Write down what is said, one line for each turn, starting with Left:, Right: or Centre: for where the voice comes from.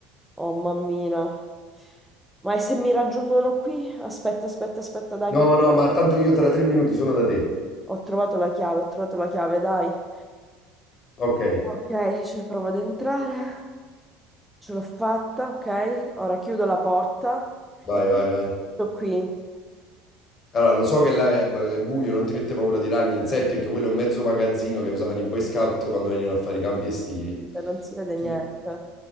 Centre: Oh mammina. Ma e se mi raggiungono qui? Aspetta, aspetta, aspetta, dai, che
Left: No,
Centre: ho
Left: no, ma tanto io tra tre minuti sono da te.
Centre: ho trovato la chiave, ho trovato la chiave, dai.
Left: Ok,
Centre: Ok, cioè provo ad entrare. Ce l'ho fatta, ok. Ora chiudo la porta
Left: vai,
Centre: e
Left: vai, vai.
Centre: sto qui. Niente,
Left: Allora, lo so che là è, è buio, non ti mette paura di ragni, insetti, perché quello è un mezzo magazzino che usavano i Boy Scout quando venivano a fare i campi estivi.
Centre: non si vede
Left: Tu,
Centre: niente.